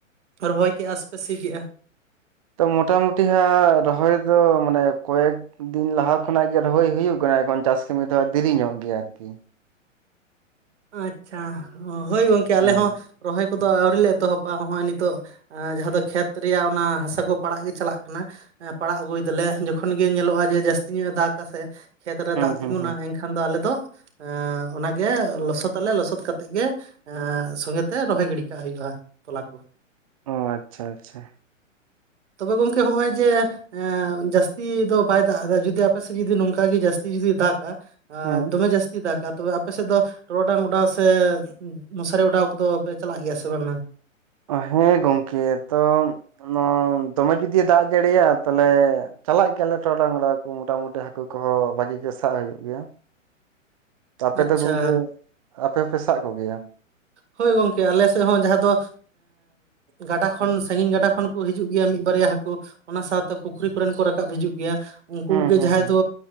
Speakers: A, on the right (about 60°); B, on the right (about 30°).
A: ᱨᱚᱦᱚᱭ ᱠᱮᱫᱼᱟ ᱥᱮᱯᱮ ᱥᱤ ᱠᱮᱜᱼᱟ
B: ᱛᱚ ᱢᱚᱴᱟᱢᱩᱴᱤ ᱦᱟᱜ ᱨᱚᱦᱚᱭ ᱫᱚ ᱢᱟᱱᱮ ᱠᱚᱭᱮᱠ ᱫᱤᱱ ᱞᱟᱦᱟ ᱠᱷᱚᱱᱟᱜ ᱜᱮ ᱨᱚᱦᱚᱭ ᱦᱩᱭᱩᱜ ᱠᱟᱱᱟ ᱮᱠᱷᱚᱱ ᱪᱟᱥ ᱠᱟᱹᱢᱤ ᱫᱚ ᱫᱮᱨᱤᱧᱚᱜ ᱜᱮᱭᱟ ᱟᱨᱠᱤ
A: ᱟᱪᱪᱷᱟ ᱦᱳᱭ ᱜᱚᱝᱠᱮ ᱟᱞᱮ
B: ᱦᱮᱸ
A: ᱦᱚᱸ ᱨᱚᱦᱚᱭ ᱠᱚᱫᱚ ᱟᱹᱣᱨᱤ ᱞᱮ ᱮᱛᱚᱦᱚᱵᱟ ᱦᱚᱜᱼᱚᱭ ᱱᱤᱛᱚᱜ ᱡᱟᱦᱟᱸ ᱫᱚ ᱠᱷᱮᱛ ᱨᱮᱭᱟᱜ ᱚᱱᱟ ᱦᱟᱥᱟ ᱠᱚ ᱯᱟᱲᱟᱜ ᱜᱮ ᱪᱟᱞᱟᱜ ᱠᱟᱱᱟ ᱯᱟᱲᱟᱜ ᱟᱹᱜᱩᱭ ᱫᱟᱞᱮ ᱡᱚᱠᱷᱚᱱ ᱜᱮ ᱧᱮᱞᱚᱜᱼᱟ ᱡᱮ ᱡᱟᱹᱥᱛᱤ ᱧᱚᱜ ᱮ ᱫᱟᱜ ᱟᱥᱮ ᱠᱷᱮᱛ ᱨᱮ
B: ᱦᱩᱸ
A: ᱫᱟᱜ ᱛᱤᱸᱜᱩᱱᱟ
B: ᱦᱩᱸ ᱦᱩᱸ
A: ᱮᱱᱠᱷᱟᱱ ᱫᱚ ᱟᱞᱮ ᱫᱚ ᱮ ᱚᱱᱟᱜᱮ ᱞᱚᱥᱚᱫᱟᱞᱮ ᱞᱚᱥᱚᱫ ᱠᱟᱛᱮ ᱜᱮ ᱥᱚᱸᱜᱮ ᱛᱮ ᱨᱚᱦᱚᱭ ᱜᱤᱰᱤ ᱠᱟᱜ ᱦᱩᱭᱩᱜ-ᱟ ᱛᱚᱞᱟ ᱠᱚ
B: ᱚ ᱟᱪᱪᱷᱟ ᱟᱪᱪᱷᱟ
A: ᱛᱚᱵᱮ ᱜᱚᱝᱠᱮ ᱦᱚᱜᱼᱚᱭ ᱡᱮ ᱡᱟᱹᱥᱛᱤ ᱫᱚ ᱵᱟᱭ ᱫᱟᱜ ᱮᱫᱟ ᱡᱩᱫᱤ ᱟᱯᱮ ᱥᱮᱫ ᱡᱩᱫᱤ ᱱᱚᱝᱠᱟ ᱜᱮ ᱡᱟᱹᱥᱛᱤ ᱡᱩᱫᱤ ᱫᱟᱜ
B: ᱦᱩᱸ
A: ᱫᱚᱢᱮ ᱡᱟᱹᱥᱛᱤ ᱫᱟᱜ ᱠᱟ ᱛᱚᱵᱮ ᱟᱯᱮᱥᱮᱫ ᱫᱚ ᱴᱚᱨᱚᱰᱟᱝ ᱚᱰᱟᱣ ᱥᱮ ᱢᱚᱥᱟᱨᱤ ᱚᱰᱟᱣ ᱠᱚᱫᱚ ᱯᱮ ᱪᱟᱞᱟᱜ ᱜᱮᱭᱟ ᱥᱮ ᱵᱟᱝᱟ
B: ᱚ ᱦᱮᱸ ᱜᱚᱢᱠᱮ ᱛᱚ ᱱᱚᱣᱟ ᱫᱚᱢᱮ ᱡᱩᱫᱤ ᱫᱟᱜ ᱡᱟᱹᱲᱤᱭᱟ ᱛᱟᱦᱞᱮ ᱪᱟᱞᱟᱜ ᱜᱮᱭᱟᱞᱮ ᱴᱚᱨᱟᱰᱟᱝ ᱚᱰᱟᱣ ᱦᱟᱹᱠᱩ ᱢᱚᱴᱟ ᱢᱩᱴᱤ ᱦᱟᱹᱠᱩ ᱠᱚᱦᱚᱸ ᱵᱷᱟᱹᱜᱤ ᱜᱮ ᱥᱟᱵ ᱦᱩᱭᱩᱜ ᱜᱮᱭᱟ ᱟᱯᱮ
A: ᱟᱪᱪᱷᱟ
B: ᱫᱚ ᱜᱚᱝᱠᱮ ᱟᱯᱮ ᱦᱚᱸᱯᱮ ᱥᱟᱵ ᱠᱚᱜᱮᱭᱟ
A: ᱦᱳᱭ ᱜᱚᱝᱠᱮ ᱟᱞᱮᱥᱮᱫ ᱦᱚᱸ ᱡᱟᱦᱟᱸ ᱫᱚ ᱜᱟᱰᱟ ᱠᱷᱚᱱ ᱥᱟᱺᱜᱤᱧ ᱜᱟᱰᱟ ᱠᱷᱚᱱ ᱠᱚ ᱦᱤᱡᱩᱜ ᱜᱮᱭᱟ ᱢᱤᱫ ᱵᱟᱨᱭᱟ ᱦᱟᱸᱠᱩ ᱚᱱᱟ ᱥᱟᱶᱛᱮ ᱯᱩᱠᱷᱨᱤ ᱠᱚᱨᱮᱱᱠᱩ ᱨᱟᱠᱟᱵ ᱦᱤᱡᱩᱜ ᱜᱮᱭᱟ ᱩᱱᱠᱩ
B: ᱦᱩᱸ
A: ᱜᱮ
B: ᱦᱩᱸ
A: ᱡᱟᱦᱟᱸᱭ
B: ᱦᱩᱸ
A: ᱫᱚ